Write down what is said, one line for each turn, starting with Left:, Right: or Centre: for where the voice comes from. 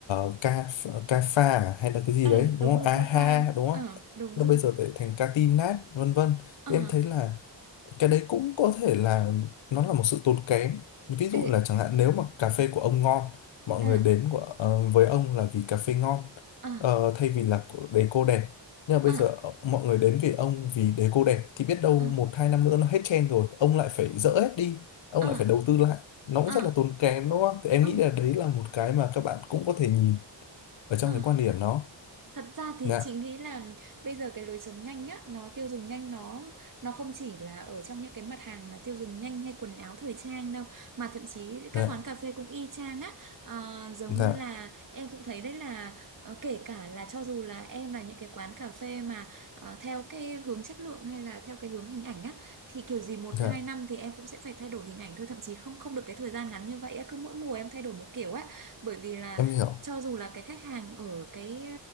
Left: uh, ca ca pha à, hay là cái gì
Right: Ê,
Left: đấy
Right: đúng
Left: đúng
Right: rồi
Left: không a
Right: cà
Left: ha
Right: pha.
Left: đúng
Right: ờ
Left: không
Right: đúng
Left: nó
Right: rồi.
Left: bây giờ lại thành ca tin nát vân vân
Right: ờ
Left: thì em thấy là cái đấy cũng có thể là nó là một sự tốn kém ví dụ
Right: ê,
Left: là chẳng hạn nếu mà cà phê của ông ngon mọi
Right: à,
Left: người đến của, ờ, với ông là vì cà phê ngon
Right: à,
Left: ờ, thay vì là của- đề cô đẹp nhưng mà bây
Right: à,
Left: giờ ờ, mọi người đến vì ông vì đề cô đẹp thì biết đâu
Right: à.
Left: một hai năm nữa nó hết trend rồi ông lại phải dỡ hết đi ông
Right: à.
Left: lại phải đầu tư lại nó cũng
Right: Ừ,
Left: rất là tốn kém đúng không thì em
Right: ừ,
Left: nghĩ là đấy là một cái mà các bạn cũng có thể nhìn ở trong
Right: ừ.
Left: cái quan điểm đó
Right: Thật ra thì
Left: dạ
Right: chị nghĩ là bây giờ cái lối sống nhanh á, nó tiêu dùng nhanh nó nó không chỉ là ở trong những cái mặt hàng là tiêu dùng nhanh hay quần áo thời trang đâu mà thậm chí các
Left: dạ
Right: quán cà phê cũng y chang á. Ờ, giống
Left: dạ
Right: như là em cũng thấy đấy là ờ, kể cả là cho dù là em là những cái quán cà phê mà ờ, theo cái hướng chất lượng hay là theo cái hướng hình ảnh á thì kiểu gì một
Left: dạ
Right: hai năm thì em cũng sẽ phải thay đổi hình ảnh thôi thậm chí không không được cái thời gian ngắn như vậy á cứ mỗi mùa em thay đổi một kiểu á bởi vì là
Left: em hiểu
Right: cho dù là cái khách hàng ở cái